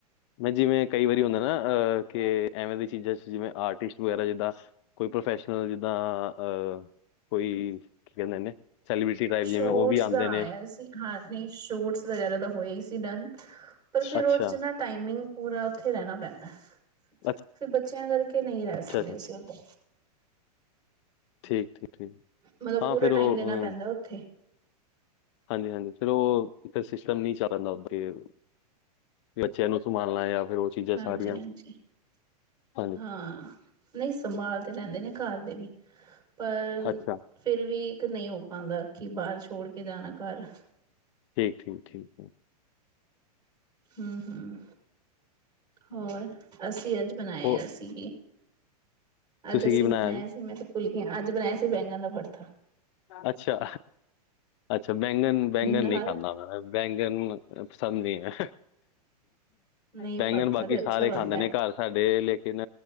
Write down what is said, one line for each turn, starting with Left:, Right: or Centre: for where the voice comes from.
Left: ਮੈਂ ਜਿਵੇਂ ਕਈ ਵਾਰੀ ਹੁੰਦਾ ਨਾ ਅ ਕਿ ਐਵੇਂ ਦੀਆਂ ਚੀਜ਼ਾਂ ਚ ਜਿਵੇਂ ਆਰਟਿਸਟ ਵਗੈਰਾ ਜਿੱਦਾਂ। ਕੋਈ ਪ੍ਰੋਫੈਸ਼ਨਲ ਜਿੱਦਾਂ ਅਹ ਕੋਈ ਕੀ ਕਹਿੰਦੇ ਨੇ? ਸੈਲੀਬ੍ਰਿਟੀ ਟਾਈਪ
Right: ਸ਼ੋਟਸ
Left: ਜਿਵੇਂ ਉਹ ਵੀ ਆਉਂਦੇ
Right: ਦਾ
Left: ਨੇ।
Right: ਆਇਆ ਸੀ ਹਾਂ ਨਹੀਂ ਸ਼ੋਟਸ ਵਗੈਰਾ ਤਾਂ ਹੋਇਆ ਹੀ ਸੀ ਡਨ। ਪਰ ਫਿਰ
Left: ਅੱਛਾ,
Right: ਉਹਦੇ ਚ ਨਾ। ਟਾਈਮਿੰਗ ਪੂਰਾ ਉੱਥੇ ਰਹਿਣਾ ਪੈਂਦਾ।
Left: ਅੱਛਾ,
Right: ਫਿਰ ਬੱਚਿਆਂ ਕਰਕੇ ਨਹੀਂ ਰਹ।
Left: ਅੱਛਾ, ਅੱਛਾ,
Right: ਦੇ
Left: ਅੱਛਾ
Right: ਸੀ ਉਦੇ।
Left: ਠੀਕ ਠੀਕ ਠੀਕ।
Right: ਮਤਲਬ ਪੂਰਾ
Left: ਹਾਂ ਫਿਰ
Right: ਟਾਈਮ
Left: ਉਹ।
Right: ਦੇਣਾ ਪੈਂਦਾ ਉੱਥੇ
Left: ਹਾਂ ਜੀ ਹਾਂ ਜੀ ਫਿਰ ਉਹ ਇਹ ਸਿਸਟਮ ਨਹੀਂ ਚੱਲਦਾ ਉੱਥੇ। ਬੱਚਿਆਂ ਨੂੰ ਸੰਭਾਲਣਾ ਜਾਂ ਫਿਰ ਉਹ ਚੀਜ਼ਾਂ
Right: ਹਾਂਜੀ
Left: ਸਾਰੀਆਂ।
Right: ਹਾਂਜੀ
Left: ਹਾਂ ਜੀ।
Right: ਹਾਂ। ਨਹੀਂ ਸੰਭਾਲ ਤੇ ਲੈਂਦੇ ਨੇ ਘਰ ਦੇ ਵੀ ਪਰ।
Left: ਅੱਛਾ
Right: ਫਿਰ ਵੀ ਇੱਕ ਨਹੀਂ ਹੋ ਪਾਉਂਦਾ ਕਿ ਬਾਹਰ ਛੋੜ ਕੇ ਜਾਣਾ ਘਰ।
Left: ਠੀਕ ਠੀਕ ਠੀਕ।
Right: ਹਮ ਹਮ। ਹੋਰ ਅਸੀਂ ਅੱਜ ਬਣਾਇਆ
Left: ਉਹ
Right: ਸੀ। ਅੱਜ
Left: ਤੁਸੀਂ
Right: ਅਸੀਂ
Left: ਕੀ
Right: ਬਣਾਇਆ
Left: ਜੀ?
Right: ਸੀ ਮੈਂ ਤੇ ਭੁੱਲ ਗਈ ਹਾਂ। ਅੱਜ ਬਣਾਇਆ ਸੀ ਬੈਂਗਣ ਦਾ ਪੜਥਾ।
Left: ਅੱਛਾ ਅੱਛਾ। ਬੈਂਗਣ ਬੈਂਗਣ
Right: ਨਾਲ
Left: ਨਹੀਂ ਖਾਂਦਾ ਮੈਂ। ਬੈਂਗਣ ਪਸੰਦ ਨਹੀਂ ਐ।
Right: ਨਹੀਂ
Left: ਬੈਂਗਣ
Right: ਭੜਥਾ
Left: ਬਾਕੀ
Right: ਤੇ ਅੱਛਾ
Left: ਸਾਰੇ
Right: ਬਣਦਾ
Left: ਖਾਂਦੇ ਨੇ ਘਰ ਸਾਡੇ। ਲੇਕਿਨ